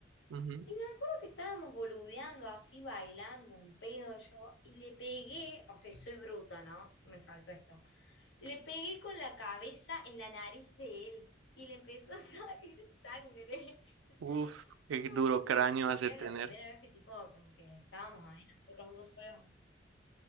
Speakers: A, on the right (about 85°); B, on the left (about 75°).
A: Ujú.
B: Y me acuerdo que estábamos boludeando así, bailando en pedo yo, y le pegué, o sea, soy bruta, ¿no? Me faltó esto. Le pegué con la cabeza en la nariz de él y le empezó a salir sangre. <laughs>
A: Uf, qué
B: No me
A: duro
B: volvió
A: cráneo
B: más porque
A: has de tener.
B: era la primera vez que tipo como que estábamos ahí nosotros dos solos.